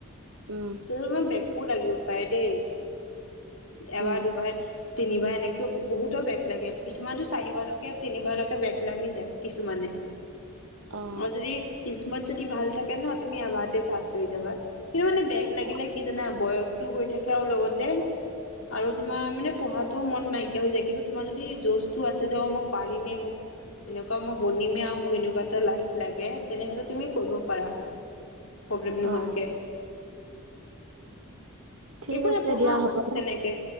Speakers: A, on the right; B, on the left.
A: উম
B: তোৰ তোমাৰ বেকো লাগিব পাৰে দেই। এবাৰ,
A: উম
B: দুবাৰ, তিনিবাৰ এনেকে বহুতৰ বেগ লাগে কিছুমানতো চাৰিবাৰকে তিনিবাৰকে বেগ লাগি যায় কিছুমানে।
A: অ
B: আও যদি কিছমত যদি ভাল থাকে ন তুমি এবাৰ পাছ হৈ যাবা কিন্তু মানে লাগিলে
A: অ
B: কি জানা বয়স। টো গৈ থাকে আৰু লগতে আৰু তোমাৰ মানে পঢ়াটো মন নাইকিয়া হৈ যায় কিন্তু তোমাৰ যদি যজটো আছে যে অ মই পাৰিমে মোক এনেকুৱ মই বনিমে আৰু মোক এনেকুৱা এটা লাইফ লাগে তেনেহলে তুমি কৰিব পাৰা। প্ৰব্লেম নোহোৱাকে।
A: অ ঠিক
B: একো নাই
A: আছে
B: পঢ়া
A: দিয়া হ'ব
B: তেনেকে
A: ন